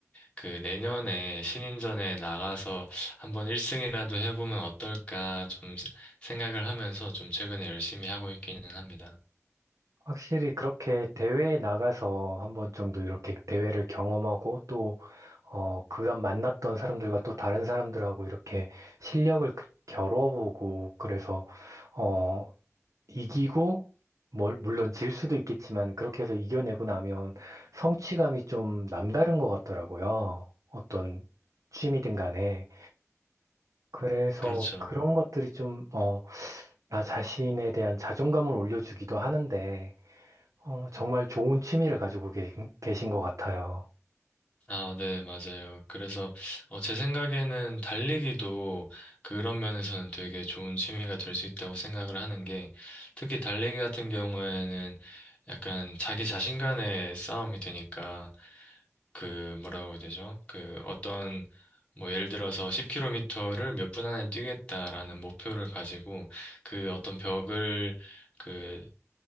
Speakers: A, on the left; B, on the right.
A: 그 내년에 신인전에 나가서 한번 1승이라도 해보면 어떨까 좀 생각을 하면서 좀 최근에 열심히 하고 있기는 합니다.
B: 확실히 그렇게 대회에 나가서 한 번 정도 이렇게 대회를 경험하고 또 어, 그간 만났던 사람들과 또 다른 사람들하고 이렇게 실력을 겨뤄보고 그래서 어, 이기고, 뭘, 물론 질 수도 있겠지만, 그렇게 해서 이겨내고 나면 성취감이 좀 남다른 것 같더라고요. 어떤 취미든 간에. 그래서
A: 그렇죠.
B: 그런 것들이 좀, 어, 나 자신에 대한 자존감을 올려주기도 하는데, 어, 정말 좋은 취미를 가지고 계, 계신 것 같아요.
A: 아, 네, 맞아요. 그래서, 어, 제 생각에는 달리기도 그런 면에서는 되게 좋은 취미가 될 수 있다고 생각을 하는 게, 특히 달리기 같은 경우에는 약간 자기 자신 간의 싸움이 되니까, 그, 뭐라고 해야 되죠? 그, 어떤, 뭐, 예를 들어서 10km를 몇 분 안에 뛰겠다라는 목표를 가지고, 그 어떤 벽을, 그,